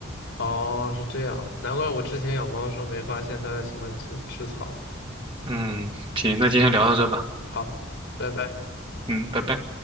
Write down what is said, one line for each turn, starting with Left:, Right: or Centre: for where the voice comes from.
Left: 哦，是这样，难怪我之前养猫的时候没发现它喜欢吃吃草。
Right: 嗯，行，那今天聊到这吧。
Left: 好，拜拜。
Right: 嗯，拜拜。